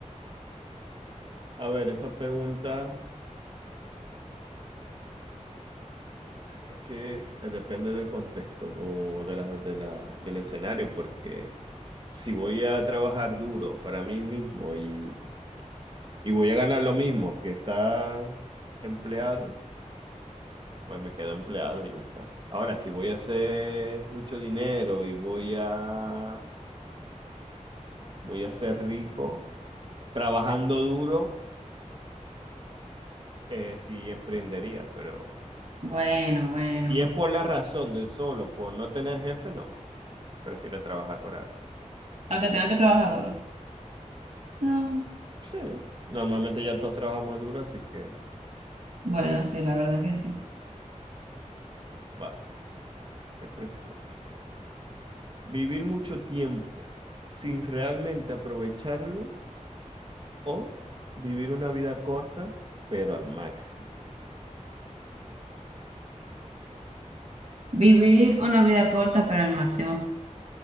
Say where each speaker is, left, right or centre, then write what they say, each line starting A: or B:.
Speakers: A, on the right (about 45°); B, on the right (about 65°).
A: A ver, esa pregunta es que depende del contexto o de la, de la, del escenario, porque si voy a trabajar duro para mí mismo y, y voy a ganar lo mismo que estar empleado, pues me quedo empleado y ya está. Ahora, si voy a hacer mucho dinero y voy a Voy a ser rico trabajando duro, eh, sí emprendería, pero
B: Bueno, bueno,
A: si es por la razón de solo, por no tener jefe, no, prefiero trabajar para alguien.
B: aunque tenga que trabajar duro. Ah,
A: Sí, normalmente ya todos trabajamos duro, así que
B: bueno, sí, la verdad que sí.
A: vale, ¿qué prefieres? ¿Vivir mucho tiempo sin realmente aprovecharlo o vivir una vida corta, pero al máximo?
B: Vivir una vida corta, pero al máximo.